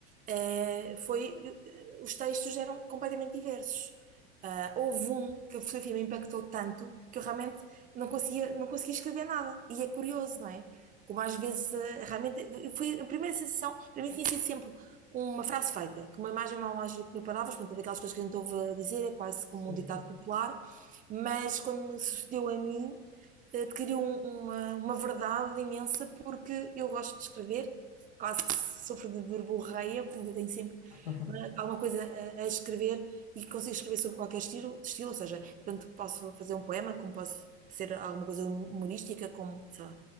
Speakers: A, on the right (about 25°); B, on the left (about 80°).
A: eh, foi, eh, os textos eram completamente diversos. Ah, houve um que a fotografia me impactou tanto que eu realmente não conseguia, não conseguia escrever nada. E é curioso, não é? Como às vezes, eh, realmente, foi a primeira sensação, para mim tinha sido sempre uma frase feita, que uma imagem vai mais do que mil palavras, portanto, é daquelas coisas que a gente ouve dizer, é quase como
B: Sim,
A: um ditado
B: sim.
A: popular, mas quando me sucedeu a mim, adquiriu um- uma, uma verdade imensa porque eu gosto de escrever, quase que sofro de verborreia, portanto eu tenho sempre
B: <laughs>
A: uma- alguma coisa a, a escrever e consigo escrever sobre qualquer estilo, estilo, ou seja, tanto posso fazer um poema, como posso ser alguma coisa humorística, como, sei lá,